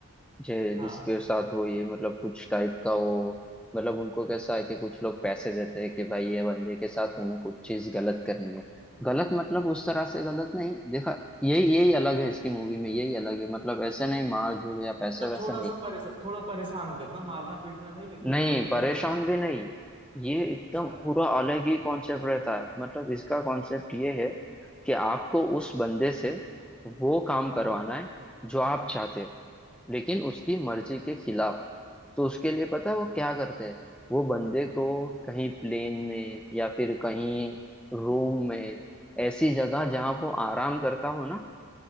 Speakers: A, in the centre; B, on the right.
A: जे
B: हाँ
A: जिसके साथ वो ये मतलब कुछ टाइप का वो मतलब उनको कैसा है कि कुछ लोग पैसे देते हैं कि भाई ये बंदे के साथ तुम्हें कुछ चीज गलत करनी है गलत मतलब उस तरह से गलत नहीं देखा यही यही अलग है इसकी मूवी में यही अलग है मतलब ऐसे नहीं मार झूड़ या पैसे
B: मतलब
A: वैसे
B: थोड़ा
A: नहीं
B: सा परेशान थोड़ा परेशान करना मारना पीटना नहीं लेकिन
A: नहीं
B: गलत
A: परेशान
B: इंदस
A: भी नहीं ये एकदम
B: अच्छा
A: पूरा अलग ही कॉन्सेप्ट रहता है मतलब इसका कॉन्सेप्ट ये है कि आपको उस बंदे से वो काम
B: हाँ
A: करवाना है जो आप चाहते हो लेकिन उसकी मर्जी के खिलाफ तो उसके लिए पता है वो क्या करते हैं वो बंदे को कहीं प्लेन में या फिर कहीं रूम में ऐसी जगह जहां वो आराम करता हो ना